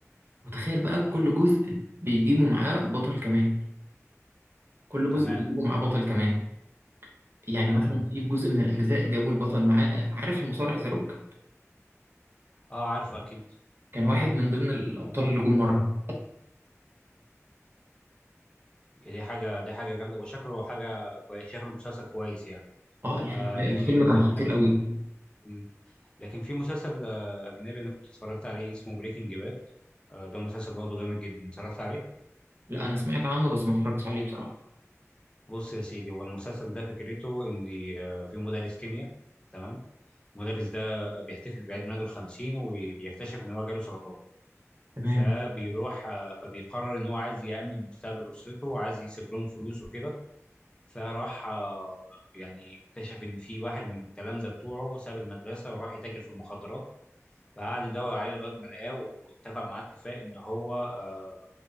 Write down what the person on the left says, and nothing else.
تمام
تمام
اه عارفه اكيد
دي حاجة دي حاجة جامدة وشكله حاجة كويس شكله مسلسل كويس يعني
آه لكن
لكن
مم. لكن في مسلسل آه، اجنبي انا كنت اتفرجت عليه اسمه بريكنج باد آه ده مسلسل برضه جامد جدا اتفرجت عليه
بص يا سيدي هو المسلسل ده فكرته ان آه، في مدرس كيمياء تمام المدرس ده بيحتفل بعيد ميلاده الخمسين وبيكتشف ان هو جاله سرطان
فبيروح آه، فبيقرر ان هو عايز يأمن مستقبل اسرته وعايز يسيب لهم فلوس وكده فراح آه، يعني اكتشف ان في واحد من التلامذه بتوعه ساب المدرسه وراح يتاجر في المخدرات فقعد يدور عليه لغايه ما لقاه واتفق مع اتفاق ان هو آه،